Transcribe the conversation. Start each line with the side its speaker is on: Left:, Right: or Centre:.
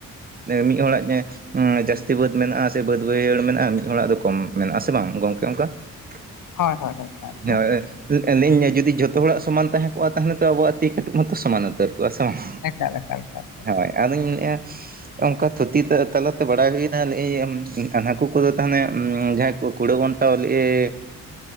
Right: ᱢᱤᱫ ᱦᱚᱲᱟᱜ ᱡᱮ ᱩᱸ ᱡᱟᱹᱥᱛᱤ ᱵᱟᱹᱫ ᱢᱮᱱᱟᱜᱼᱟ, ᱥᱮ ᱵᱟᱹᱫ ᱵᱟᱹᱭᱦᱟᱹᱲ ᱢᱮᱱᱟᱜᱼᱟ ᱢᱤᱫ ᱦᱚᱲᱟᱜ ᱫᱚ ᱠᱚᱢ ᱢᱮᱱᱟᱜ ᱟᱥᱮ ᱵᱟᱝ ᱜᱚᱢᱠᱮ ᱚᱝᱠᱟ? <unintelligible>
Left: ᱦᱳᱭ ᱦᱳᱭ ᱦᱳᱭ ᱢᱮᱱᱟᱜ ᱜᱮᱭᱟ
Right: ᱟᱹᱞᱤᱧ ᱡᱩᱫᱤ ᱡᱷᱚᱛᱚ ᱦᱚᱲᱟᱜ ᱥᱚᱢᱟᱱ ᱛᱟᱦᱮᱸ ᱠᱚᱜᱼᱟ, ᱛᱟᱦᱚᱞᱮ ᱛᱚ ᱟᱵᱚᱣᱟᱜ ᱛᱤ ᱠᱟᱹᱴᱩᱵ ᱢᱟᱛᱚᱢᱟᱱ ᱩᱛᱟᱹᱨ ᱠᱚᱜᱼᱟ ᱦᱮᱸᱥᱮ ᱵᱟᱝ?
Left: ᱮᱠᱟᱞ ᱮᱠᱟᱞ ᱮᱠᱟᱞ᱾ ᱮᱠᱟᱞ
Right: ᱦᱮᱸ ᱟᱫᱩᱧ ᱞᱟᱹᱭ ᱮᱫ ᱟ ᱚᱝᱠᱟ ᱛᱷᱩᱛᱤ ᱛᱟᱞᱟᱛᱮ ᱵᱟᱲᱟᱭ ᱦᱩᱭᱱᱟ ᱦᱟᱹᱠᱩ ᱠᱚᱫᱚ ᱛᱟᱦᱞᱮ ᱛᱟᱦᱚᱞᱮ ᱡᱟᱦᱟᱸ ᱠᱩᱲᱳᱣ ᱚᱱᱴᱟᱣ ᱞᱟᱹᱭ ᱮᱜ